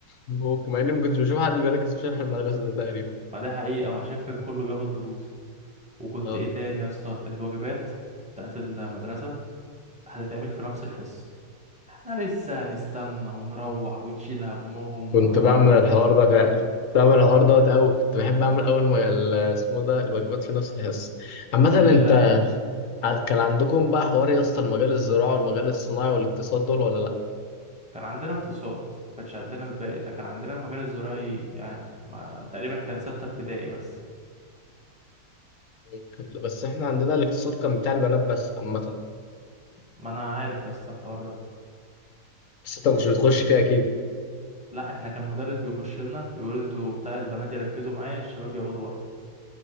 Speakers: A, on the left; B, in the centre.
A: ممكن مع اني ما كنتش بشوف حد بيركز في شرح المدرسه ده تقريبا
B: ما ده حقيقة ما عشان كان كله بياخد دروس وكنت
A: اه
B: ايه تاني يا اسطى الواجبات بتاعت المدرسة هتتعمل في نفس الحصة احنا لسه هنستنى ونروح ونشيل همهم
A: كنت
B: وعملنا
A: بعمل الحوار
B: و...
A: ده فعلا كنت بعمل الحوار دوت أوي كنت بحب أعمل أول ما ال- اسمه ده الواجبات في نفس الحصة عامة
B: ال...
A: أنت ع- كان عندكم بقى حوار يا اسطى المجال الزراعي والمجال الصناعي والاقتصاد دول ولا لأ؟
B: كان عندنا اقتصاد ما كانش عندنا الباقي ده كان عندنا المجال الزراعي يعني ما... تقريبا كان ستة ابتدائي بس
A: ممكن. بس إحنا عندنا الاقتصاد كان بتاع البنات بس عامة
B: ما انا عارف يا اسطى الحوار ده
A: بس أنت مش بتخش فيه أكيد
B: لا احنا كان مدرس بيخش لنا يقول انتوا بتاع البنات يركزوا معايا الشباب يقعدوا ورا